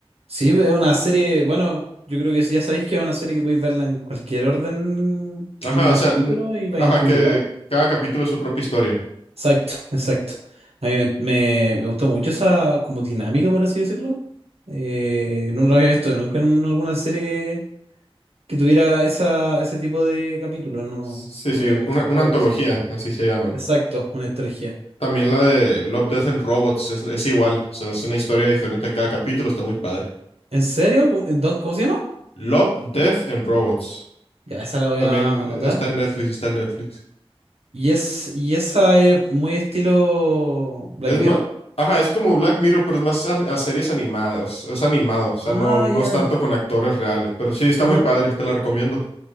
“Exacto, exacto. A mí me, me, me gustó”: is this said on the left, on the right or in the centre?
Right